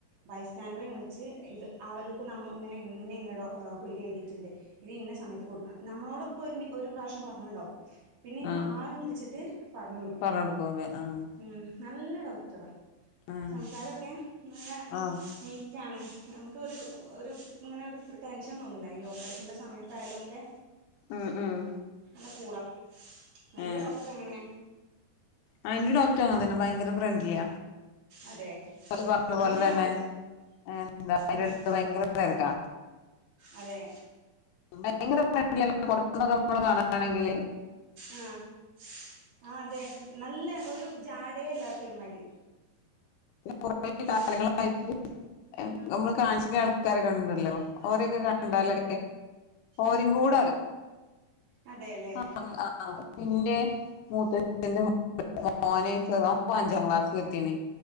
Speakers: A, on the right; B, on the left.
A: ബൈസ്റ്റാൻഡറെം വിളിച്ച് ഇത് അവര്ക്ക് നമ്മ ഇങ്ങനെ ഇന്ന ഇന്ന ഡോ ഗുളിക എയ്തിട്ട്ണ്ട് ഇത് ഇന്ന സമയത്ത് കൊടുക്കണം നമ്മളോടൊക്കെ ഒരു ഒരു പ്രാവശ്യം പറഞ്ഞട്ടുണ്ടാവും പിന്നെ
B: ആഹ്
A: ആളെം വിളിച്ചിട്ട് പറഞ്ഞു കൊടുക്കും
B: പറഞ്ഞൊടുക്കൂല ആഹ്
A: ഉം നല്ല ഡോക്ടറാ
B: ആഹ്
A: സംസാരൊക്കെ എന്ന
B: ആഹ്
A: നി റ്റാണ് നമുക്ക് ഒരു ഒരു ഇങ്ങനെ ഒരു ടെൻഷൻ തോന്നുല്ല ഈ ഓപ്പറേഷന്റെറെ സമയത്തായാലും ഒക്കെ
B: ഉം ഉം
A: അ കൂടാ അന്റെ
B: ഏ
A: ഡോക്ടറെങ്ങനെ
B: ആ എന്റെ ഡോക്ടുങ്ങനതന്നെ ബയങ്കര ഫ്രണ്ട്ലിയ
A: അതെ
B: പറഞ്ഞ
A: അങ്ങനെ
B: പോലെ തന്നെ
A: ആ
B: എന്താ ഐനിടക്ക്
A: ആഹ്
B: ഭയങ്കര തിരക്കാ
A: അതെ
B: ഭയങ്കര ഫ്രണ്ട്‌ലി അല്ല കുറച്ചൊക്കെ കാണണെങ്കിൽ
A: ആഹ് ആഹ് അതെ നല്ല ഒരു ജാടേ ഇല്ലാത്തൊരു മാതിരി
B: കുറ
A: ഉം
B: കാലങ്ങളായിട്ട്
A: ഉം
B: നമ്മള് കാണിചണ ആൾ കറക ഉണ്ടല്ലോ ഓരൊക്കെ കണ്ടാലേ
A: ഉം ഉം ഉം
B: ഓരിം
A: ഉം
B: കൂടാ
A: അതെല്ലേ
B: ആ ആ പിന്നെ മൂത്തന്റെ <unintelligible> ഓന് ചെറ <unintelligible> അഞ്ചാം ക്ലാസ്സിൽ എത്തിണ്